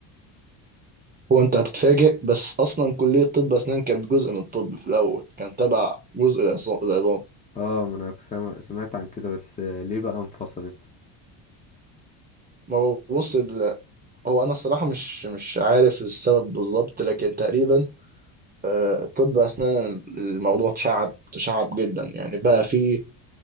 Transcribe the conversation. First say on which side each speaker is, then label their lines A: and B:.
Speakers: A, on the right (about 20°); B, on the left (about 15°).
A: هو انت هتتفاجئ بس اصلا كليه طب اسنان كانت جزء من الطب في الاول كان تبع جزء العصا- العظام
B: اه ما انا كنت سامع- سمعت عن كده بس آه، ليه بقى انفصلت
A: ما هو بص ال- هو انا الصراحه مش مش عارف السبب بالظبط لكن تقريبا آه، طب اسنان الموضوع اتشعب تشعب جدا يعني بقى في